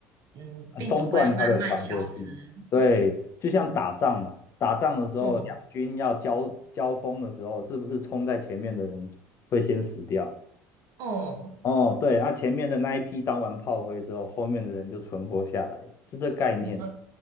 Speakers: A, on the right; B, on the left.
A: 嗯，
B: 呃中断它的传播性。
A: 病毒会慢慢消失。
B: 对，就像打仗嘛，打仗的时候，
A: 嗯
B: 两军要交交锋的时候，是不是冲在前面的人会先死掉？
A: 哦，
B: 哦，对，那前面的那一批当完炮灰之后，后面的人就存活下来，是这概念。
A: 你说